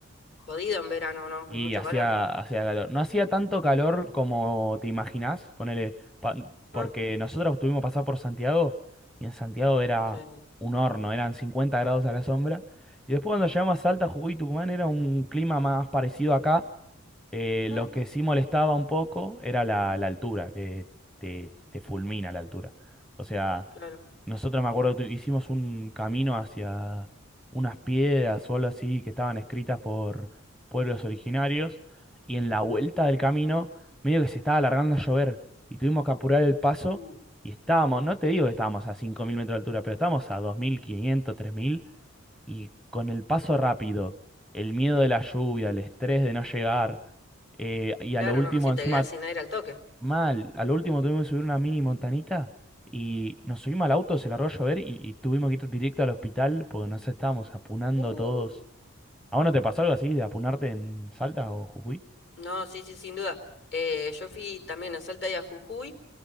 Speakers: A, on the left; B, in the centre.
A: Jodido en verano, ¿no?
B: Y
A: Hay mucho
B: hacía,
A: calor.
B: hacía calor. No hacía tanto calor como te imaginás, ponele, pa- porque
A: Ah,
B: nosotros tuvimos que pasar por Santiago, y en Santiago era
A: sí.
B: un horno, eran 50 grados a la sombra, y después cuando llegamos a Salta, Jujuy y Tucumán era un clima más parecido acá Eh,
A: Mm,
B: lo que sí molestaba un poco era la, la altura, que te, te fulmina la altura. O sea,
A: claro.
B: nosotros me acuerdo, tu- hicimos un camino hacia unas piedras o algo así que estaban escritas por pueblos originarios y en la vuelta del camino medio que se estaba alargando a llover y tuvimos que apurar el paso
A: Uh,
B: y estábamos, no te digo que estábamos a 5.000 metros de altura, pero estábamos a dos mil quinientos tres mil y con el paso rápido, el miedo de la lluvia, el estrés de no llegar, eh, y
A: claro,
B: a lo último,
A: no, si
B: encima,
A: te quedás sin aire al toque.
B: mal, a lo último tuvimos que subir una mini montanita y nos subimos al auto, se largó a llover y, y tuvimos que ir directo al hospital porque nos estábamos apunando
A: Uh,
B: todos. ¿A vos no te pasó algo así de apunarte en Salta o Jujuy?
A: no, sí, sí, sin duda. Eh, yo fui también a Salta y a Jujuy.